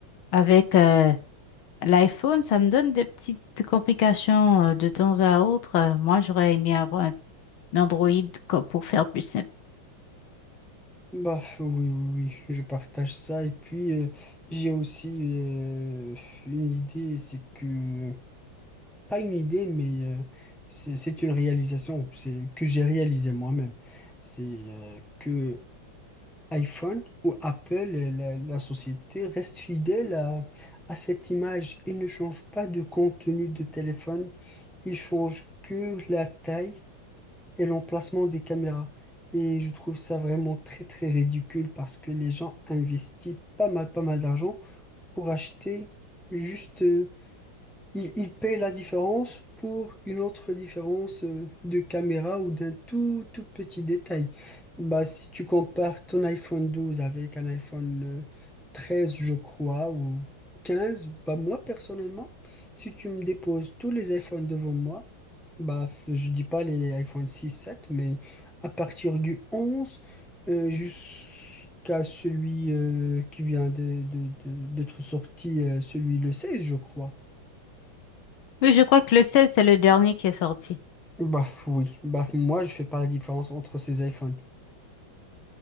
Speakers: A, on the left; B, in the centre.
A: avec euh, l'iPhone, ça me donne des petites complications euh, de temps à autre. Euh, Moi, j'aurais aimé avoir un un Android co- pour faire plus simple.
B: Bah, f- oui, oui, oui, je partage ça. Et puis, euh, j'ai aussi euh, une idée, c'est que... Pas une idée, mais euh, c'est c'est une réalisation c'est, que j'ai réalisé moi-même. C'est euh, que iPhone ou Apple, et la, la société, reste fidèle à, à cette image. Ils ne changent pas de contenu de téléphone, ils changent que la taille et l'emplacement des caméras. Et je trouve ça vraiment très très ridicule parce que les gens investissent pas mal pas mal d'argent pour acheter juste euh, il, il paye la différence pour une autre différence euh, de caméra ou d'un tout, tout petit détail. Bah, si tu compares ton iPhone 12 avec un iPhone euh, 13, je crois, ou 15, bah, moi personnellement, si tu me déposes tous les iPhones devant moi, bah, f- je dis pas les iPhone 6, 7, mais à partir du 11 euh, jusqu'à celui euh, qui vient de- de- de- d'être sorti, euh, celui le 16, je crois.
A: Mais je crois que le 16, c'est le dernier qui est sorti.
B: Baf, oui. Baf, moi, je fais pas la différence entre ces iPhones.